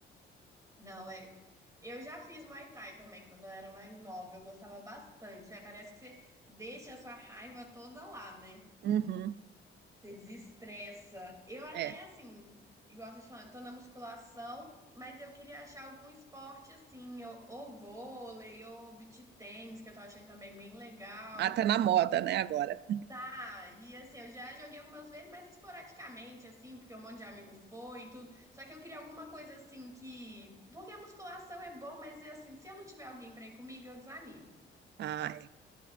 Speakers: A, on the right; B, on the right.
A: Não, é. Eu já fiz Muay Thai também quando eu era mais nova, eu gostava bastante. É, parece que você deixa a sua raiva toda lá, né?
B: Uhum,
A: Você desestressa. Eu até,
B: é.
A: assim, igual eu tô te falando, eu tô na musculação, mas eu queria achar algum esporte, assim, ou, ou vôlei, ou beach tênis, que eu tô achando também bem legal.
B: Ah, tá na moda, né, agora.
A: Tá, e assim, eu já joguei algumas vezes, mas esporadicamente, assim, porque um monte de amigo foi e tudo. Só que eu queria alguma coisa, assim, que... Porque a musculação é bom, mas, é assim, se eu não tiver alguém pra ir comigo, eu desanimo.
B: Ah, é.